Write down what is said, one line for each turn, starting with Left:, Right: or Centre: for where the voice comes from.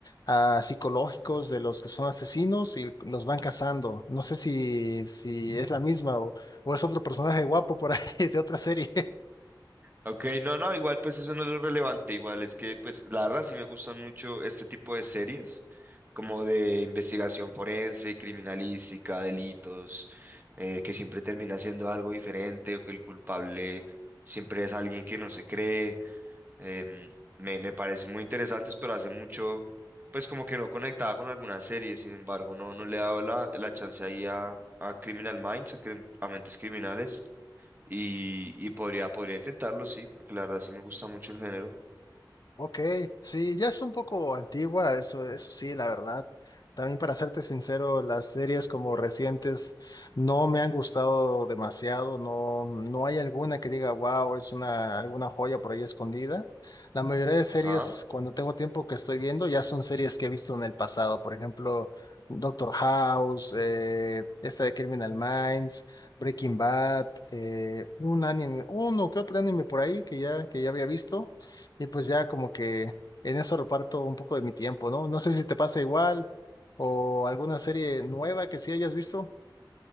Left: ah, psicológicos de los que son asesinos y los van cazando. No sé si, si es la misma o, o es otro personaje guapo por ahí <laughs> de otra serie.
Right: Ok, no, no, igual pues eso no es lo relevante. Igual es que pues la verdad sí me gustan mucho este tipo de series, como de investigación forense, criminalística, delitos, eh, que siempre termina siendo algo diferente o que el culpable siempre es alguien que no se cree. Em, me, me parecen muy interesantes, pero hace mucho, pues como que no conectaba con alguna serie, sin embargo, no, no le he dado la, la chance ahí a, a Criminal Minds, a, crim- a Mentes Criminales, y, y podría, podría intentarlo, sí, porque la verdad sí me gusta mucho el género.
Left: Ok, sí, ya es un poco antigua, eso, eso sí, la verdad. También para serte sincero, las series como recientes no me han gustado demasiado, no, no hay alguna que diga, wow, es una, alguna joya por ahí escondida. La mayoría de series,
Right: Ajá.
Left: cuando tengo tiempo que estoy viendo, ya son series que he visto en el pasado, por ejemplo, Doctor House, eh, esta de Criminal Minds, Breaking Bad, eh, un anime, uno que otro anime por ahí que ya, que ya había visto y pues ya como que en eso reparto un poco de mi tiempo, ¿no? No sé si te pasa igual o alguna serie nueva que sí hayas visto.